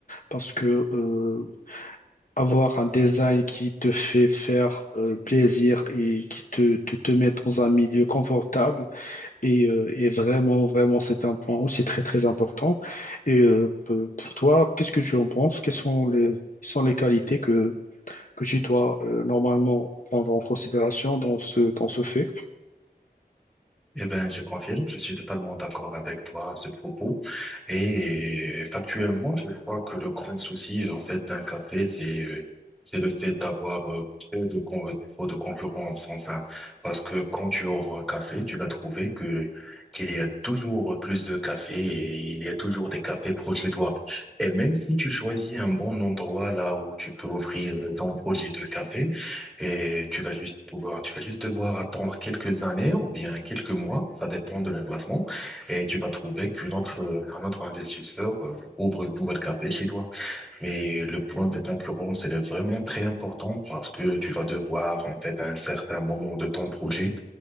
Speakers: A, on the left (about 55°); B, in the centre.
A: parce que euh, avoir un design qui te fait faire euh, plaisir et qui te, te, te met dans un milieu confortable. Et, euh, et vraiment, vraiment, c'est un point aussi très, très important. Et euh, pe- pour toi, qu'est-ce que tu en penses? Quelles sont les, quelles sont les qualités que, que tu dois euh, normalement prendre en considération dans ce, dans ce fait?
B: Eh ben, je confirme, je suis totalement d'accord avec toi à ce propos. Et factuellement, je crois que le grand souci, en fait, d'un café, c'est, c'est le fait d'avoir euh, peu de, con- trop de concurrence, enfin. Parce que quand tu ouvres un café, tu vas trouver que, qu'il y a toujours plus de cafés et il y a toujours des cafés proches de toi. Et même si tu choisis un bon endroit là où tu peux ouvrir euh, ton projet de café, et tu vas juste pouvoir, tu vas juste devoir attendre quelques années ou bien quelques mois, ça dépend de l'emplacement et tu vas trouver qu'un autre, un autre investisseur euh, ouvre une nouvelle café chez toi. Mais le point de concurrence, elle est vraiment très important parce que tu vas devoir, en fait, à un certain moment de ton projet,